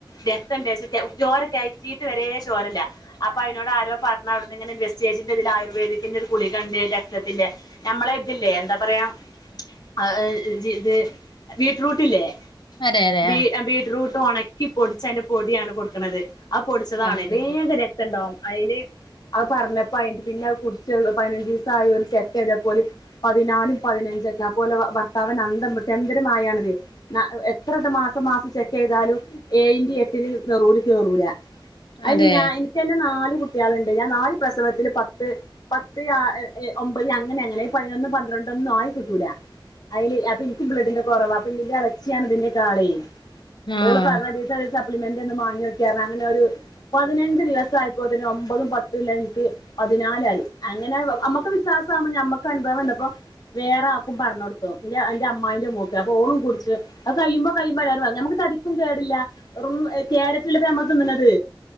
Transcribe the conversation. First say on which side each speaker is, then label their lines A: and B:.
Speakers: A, on the left; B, on the left.
A: രക്തം ടെസ്റ്റ്‌ ചോരക്കയറ്റി. വരെ ചോരല്ല. അപ്പൊ അതിനോട് ആരോ പറഞ്ഞ അവിടന്ന് ഇങ്ങനെ വെസ്റ്റേജിന്റെ ഇതിൽ ആയുർവേദിക്കിന്റെ ഒരു ഗുളികണ്ട് രക്തത്തിന്റെ നമ്മളെ ഇതില്ലേ എന്താ പറയാ <unintelligible> അത് ബീറ്റ്റൂട്ടില്ലേ.
B: അതെ അതെ
A: ബി
B: ആഹ്
A: ബീറ്റ്റൂട്ട്. ഉണക്കി പൊടിച്ച അതിന്റെ പൊടിയാണ് കൊടുക്കണത്. പൊടിച്ചതാണ്
B: അതെ അതെ
A: വേഗ രക്ത ഉണ്ടാവും. അതില് അത് പറഞ്ഞപ്പോ അയി പിന്നെ അത് കുടിച്ച് പതിനഞ്ച് ദിവസ ആയ ചെക്ക് ചെയ്തപ്പോെ പതിനാലും പതിനഞ്ചൊക്കെ അ പോലെ ഭർത്താവ് അന്തം വിട്ട് എന്തര് മായയാണത്. എത്ര ട്ട മാസം മാസം ചെക്ക് ചെയ്താലും ഏഴന്റെ എട്ടിന് നറൂല് കേറൂല. അയിന്
B: അതെ
A: ഞാൻ ഇനിക്കു തന്നെ നാല്. കുട്ടികളുണ്ട്. ഞാൻ നാല് പ്രസവത്തില് പത്ത്, പത്ത്, ഒമ്പത് അങ്ങനെ അങ്ങനെ പതിനൊന്നും പന്ത്രണ്ടൊന്നുന്നായി കൂട്ടുല്ല. അയില് അപ്പൊ എനിക്ക് ബ്ലഡിന്റെ കുറവാ <unintelligible>
B: ആഹ്
A: ഊണ് തരണ ദിവസം ഒന്ന് വാങ്ങിവെക്കാ അങ്ങനെ ഒരു പതിനഞ്ച് ദിവസം ആപ്പോ തന്നെ ഒമ്പതും പത്തും ഇല്ലാഞ്ഞിട്ട് പതിനാലായി. അങ്ങനെ അമ്മുക്ക് വിശ്വാസമാവുമ്പ നമ്മക്ക് അനുഭവം എന്തപ്പ വേറെ ആക്കും പറഞ്ഞ് കൊടുത്തു അന്റെ അമ്മായിന്റെ മോക്ക് അപ്പൊ ഓളും കുടിച്ച് അ കഴിയുമ്പോ കഴിയുമ്പോ നമുക്ക് തടിക്കും കേടില്ല. റു ക്യാരറ്റള്ളപ്പോ നമ്മക്ക് തിന്നത്.